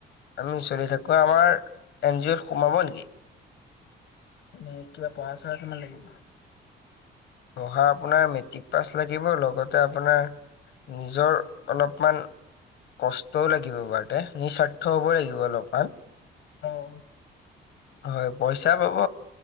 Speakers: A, on the left (about 70°); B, on the left (about 80°).
A: আমি চলি থাকো আমাৰ এন জি অ'ত সোমাব নেকি?
B: এনেই কিবা পঢ়া চঢ়া কিমান লাগিব?
A: পঢ়া আপোনাৰ মেট্ৰিক পাছ লাগিব লগতে আপোনাৰ নিজৰ অলপমান কষ্টও লাগিব বাৰুতে নিস্বাৰ্থ হবই লাগিব অলপমান।
B: অ'।
A: হয় পইচা পাব